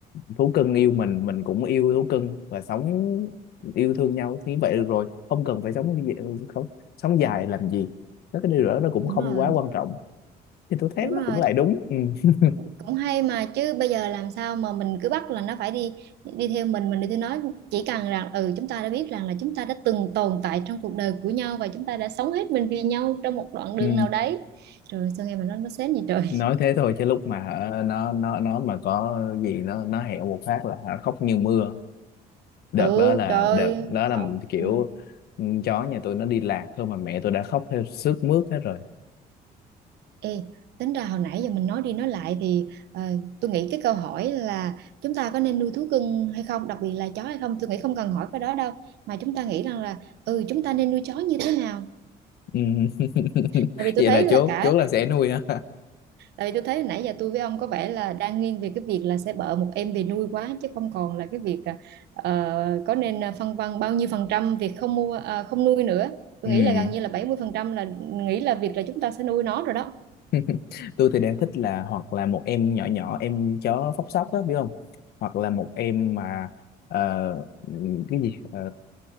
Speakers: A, on the left (about 70°); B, on the right (about 75°).
A: thú cưng yêu mình mình cũng yêu thú cưng và sống yêu thương nhau thì vậy được rồi không cần phải sống gì- không sống dài làm gì Nó cái điều đó nó cũng
B: đúng
A: không
B: rồi
A: quá quan trọng thì tôi thấy
B: đúng rồi
A: nó cũng lại đúng ừ. <laughs>
B: cũng hay mà chứ bây giờ làm sao mà mình cứ bắt là nó phải đi đi theo mình mình đi theo nó chỉ cần rằng ừ chúng ta đã biết rằng là chúng ta đã từng tồn tại trong cuộc đời của nhau và chúng ta đã sống hết mình vì nhau trong một đoạn đường
A: Ừ.
B: nào đấy rồi sao nghe mà nó nó sến gì trời
A: Nói thế thôi chứ lúc mà ờ, nó nó nó mà có gì nó nó hẹo một phát là hả, khóc như mưa đợt
B: ừ
A: đó là
B: trời
A: đợt đó là
B: không
A: kiểu
B: ừ.
A: ừ, chó nhà tôi nó đi lạc thôi mà mẹ tôi đã khóc theo sướt mướt hết rồi
B: Ê, tính ra hồi nãy giờ mình nói đi nói lại thì ờ, tôi nghĩ cái câu hỏi là chúng ta có nên nuôi thú cưng hay không, đặc biệt là chó hay không, tôi nghĩ không cần hỏi cái đó đâu, mà chúng ta nghĩ rằng là ừ chúng ta nên nuôi chó như thế nào.
A: ừ. <laughs>
B: Tại vì tôi
A: vậy
B: thấy
A: là
B: là
A: chốt
B: cả
A: chốt là sẽ nuôi ha
B: tại vì tôi thấy nãy giờ tôi với ông có vẻ là đang nghiêng về cái việc là sẽ bợ một em về nuôi quá chứ không còn là cái việc ờ, có nên ờ, phân vân bao nhiêu phần trăm việc không mua ờ, không nuôi nữa. Tôi
A: <laughs> ừ.
B: nghĩ là gần như là 70 phần trăm là nghĩ là việc là chúng ta sẽ nuôi nó rồi đó.
A: <laughs> tôi thì đang thích là hoặc là một em nhỏ nhỏ em chó phốc sóc á biết không hoặc là một em mà ờ, ừm, cái gì Ờ,